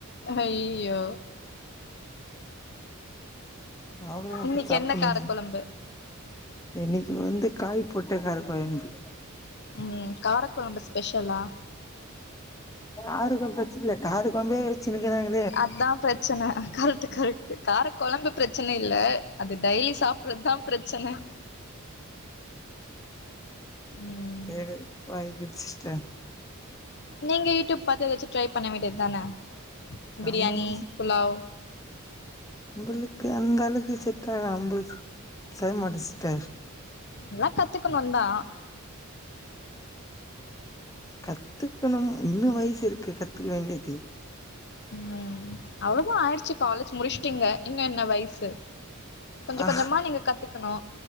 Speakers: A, on the left; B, on the left.
A: ஐய்யிய்யோ
B: அவ்ளோதா அது
A: இன்னைக்கு
B: சாப்புட்ணு
A: என்ன காரக்குழம்பு
B: இன்னைக்கு வந்து காய் போட்டக் காரக்கொழம்பு
A: ம் காரக்கொழம்பு ஸ்பெஷலா
B: காரக்கொழம்பு பிரச்சினல்ல காரக்கொழம்பே வச்சின்னுக்குறாங்க
A: அதா பிரச்சன கரெக்ட்டு கரெட்டு காரக்கொழம்பு பிரச்சன இல்ல அது டெய்லி சாப்புறதுதா பிரச்சன ம்
B: வேற வாய்க்கு சிஸ்டர்
A: நீங்க யூடியூப் பாத்து எதாச்சு ட்ரை பண்ண வேண்டியது தான
B: நம்
A: பிரியாணி புலாவ்
B: நம்பளுக்கு அந்தளவுக்கு செட்டா அம்பல்ஸ் சேம் அடிஸ்ட்ட
A: எல்லா கத்துக்கணுந்தா
B: கத்துக் கணும் இன்னு வயசு இருக்கு கத்துக்க வேண்டிது
A: ம் அவ்வளோதா ஆயிடுச்சி காலேஜ் முடிஸ்ட்டீங்க இன்னு என்ன வயிசு கொஞ்சோ
B: ஆ
A: கொஞ்சோமா நீங்க கத்துக்கணு